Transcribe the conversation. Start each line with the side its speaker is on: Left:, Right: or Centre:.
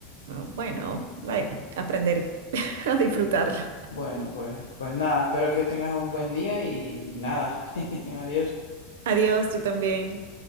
Right: Bueno, bueno, bueno, aprenderé <laughs> a disfrutarla.
Left: Bueno, pues, pues nada, espero que tengas un buen día y, y nada. <laughs> Adiós.
Right: Adiós, tú también.